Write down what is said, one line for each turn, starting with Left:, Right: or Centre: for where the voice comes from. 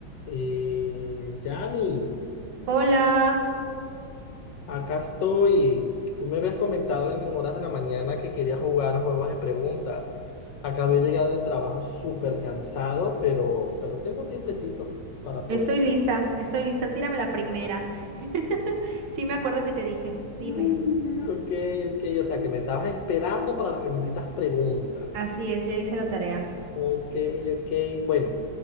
Left: Eh, Yani,
Right: Hola,
Left: acá estoy. Tú me habías comentado en horas de la mañana que querías jugar juegos de preguntas. Acabé de llegar del trabajo súper cansado, pero, pero tengo tiempecito para poder.
Right: estoy lista, estoy
Left: jugar.
Right: lista. Tírame la primera. <laughs> Sí, me acuerdo que te dije. Dime.
Left: Mm, Ok, ok, o sea que me estabas esperando para las benditas preguntas.
Right: Así es, ya hice la tarea.
Left: Ok, ok, bueno.